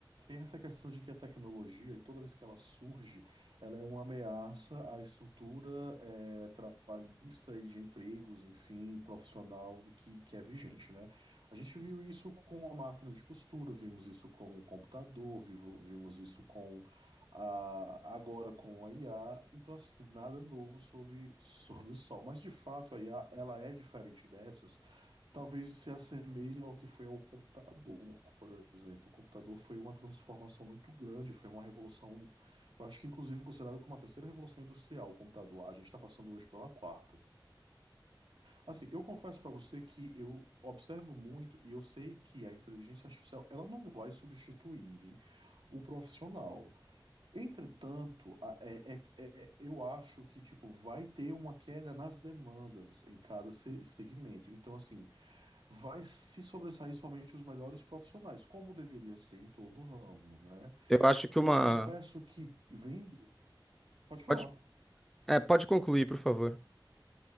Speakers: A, on the right (about 75°); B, in the centre.
A: tem essa questão de que a tecnologia, toda vez que ela surge, ela é uma ameaça à estrutura eh, trabalhista e de empregos, enfim, profissional do que, que é vigente, né? A gente viu isso com a máquina de costura, vimos isso com o computador, vivo- vimos isso com a, agora com a IA. Então, assim, nada novo sobre, <laughs> sobre o sol. Mas de fato, a IA ela é diferente dessas. Talvez se assemelhe ao que foi ao computador, por exemplo. O computador foi uma transformação muito grande, foi uma revolução, eu acho que inclusive considerada como a terceira revolução industrial, o computador. A gente está passando hoje pela quarta. Assim, eu confesso para você que eu observo muito e eu sei que a inteligência artificial, ela não vai substituir o profissional. Entretanto, a- é- é- é- eu acho que tipo vai ter uma queda nas demandas em cada se- segmento. Então, assim, vai se sobressair somente os melhores profissionais, como deveria ser em todo o ramo, né?
B: Eu acho que
A: Eu
B: uma.
A: confesso que vendo. Pode falar.
B: Pode, é, pode concluir, por favor.